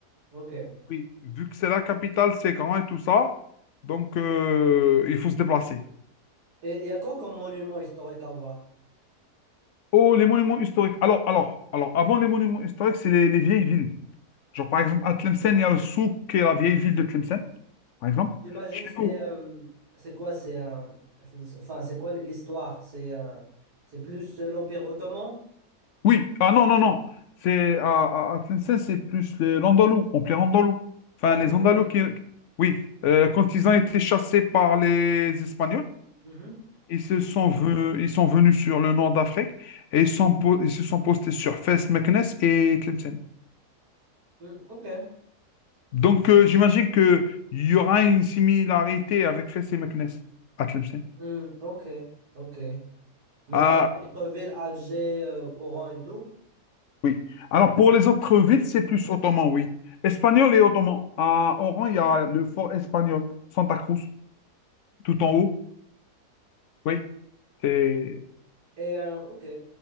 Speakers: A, on the right; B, on the left.
A: ok.
B: Oui, vu que c'est la capitale, c'est grand et tout ça, donc euh, il faut se déplacer.
A: Et il y a quoi comme monument historique à voir?
B: Oh, les monuments historiques. Alors, alors, alors, avant les monuments historiques, c'est les les vieilles villes. Genre, par exemple, à Tlemcen, il y a le souk qui est la vieille ville de Tlemcen, par exemple.
A: J'imagine
B: Chez
A: c'est
B: nous,
A: euh, c'est quoi c'est un enfin c'est quoi l'histoire c'est euh, c'est plus euh, l'Empire ottoman
B: oui, ah non, non, non. C'est, à, à- à Tlemcen, c'est plus les- l'Andalou, on plaît Andalou. Enfin,
A: ah
B: les
A: la Pologne.
B: Andalous qui. Oui, euh, quand ils ont été chassés par les Espagnols,
A: Mhm.
B: ils se sont, ve- ils sont venus sur le nord d'Afrique et ils, sont po- ils se sont postés sur Fès, Meknès et Tlemcen.
A: Mm, ok
B: Donc, euh, j'imagine qu'il y aura une similarité avec Fès et Meknès à Tlemcen.
A: Mm, ok ok mais
B: Ah,
A: pour d'autres villes Alger euh, Oran et tout
B: Oui. Alors, pour les autres villes, c'est plus ottoman, oui. Espagnol et ottoman. À Oran, il y a le fort espagnol, Santa Cruz, tout
A: ok
B: en haut. Oui. C'est-
A: et euh, ok